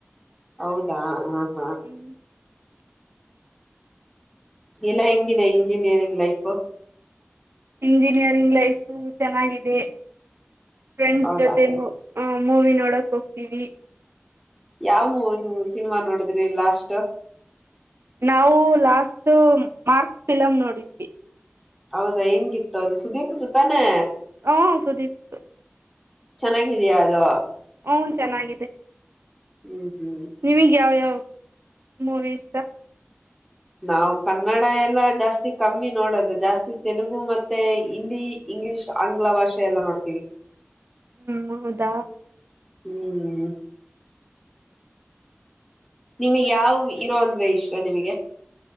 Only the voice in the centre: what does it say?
ಹೌದಾ ಹಾ ಹಾ
ಎಲ್ಲಾ ಹೆಂಗಿದೆ ಇಂಜಿನಿಯರಿಂಗ್ ಲೈಫ್.
ಹೌದಾ
ಯಾವ ಸಿನಿಮಾ ನೋಡಿದ್ರಿ ಲಾಸ್ಟ್.
ಹೌದಾ ಹೆಂಗಿತ್ತು ಅದು ಸುದೀಪ್ದು ತಾನೇ.
ಚೆನ್ನಾಗಿದ್ಯಾ ಅದು
ಹ್ಮ್ ಹ್ಮ್
ನಾವವು ಕನ್ನಡ ಎಲ್ಲಾ ಜಾಸ್ತಿ ಕಮ್ಮಿ ನೋಡೋದು ಜಾಸ್ತಿ ತೆಲುಗು ಮತ್ತೆ ಹಿಂದಿ ಇಂಗ್ಲಿಷ್ ಆಂಗ್ಲ ಭಾಷೆ ಎಲ್ಲಾ ನೋಡ್ತೀವಿ
ಹ್ಮ್ ನಿಮಗೆ ಯಾವ ಇರೋ ಅಂದ್ರೆ ಇಷ್ಟ ನಿಮಗೆ